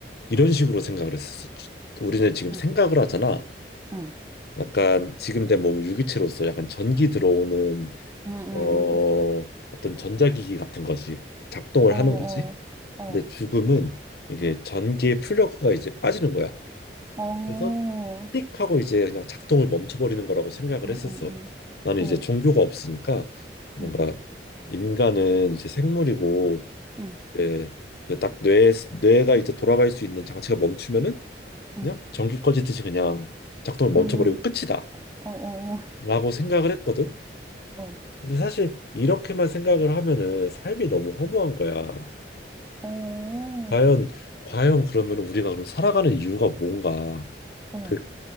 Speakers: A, on the left (about 60°); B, on the right (about 15°).
A: 이런 식으로 생각을 했었어. 우리는 지금
B: 응,
A: 생각을 하잖아.
B: 응,
A: 약간 지금 내 몸은 유기체로서 약간 전기 들어오는
B: 응, 응,
A: 어,
B: 응,
A: 어떤 전자기기 같은 거지. 작동을
B: 응, 어,
A: 하는 거지.
B: 어,
A: 근데 죽음은 이게 전기의 플러그가 이제 빠지는 거야.
B: 어, 어,
A: 그래서 띡 하고 이제 그냥 작동을 멈춰버리는 거라고 생각을
B: 응,
A: 했었어.
B: 응, 응,
A: 나는 이제
B: 어,
A: 종교가 없으니까 뭔가
B: 응,
A: 인간은 이제 생물이고
B: 응,
A: 이제 그딱 뇌, 뇌가 이제 돌아갈 수 있는 장치가 멈추면은
B: 응,
A: 그냥 전기 꺼지듯이 그냥 작동을 멈춰버리고
B: 응, 응,
A: 끝이다.
B: 응, 어, 어,
A: 라고 생각을 했거든.
B: 어,
A: 근데 사실 이렇게만 생각을 하면은 삶이 너무 허무한 거야.
B: 어,
A: 과연 과연 그러면 우리가 그럼 살아가는 이유가 뭔가
B: 어, 어.
A: 그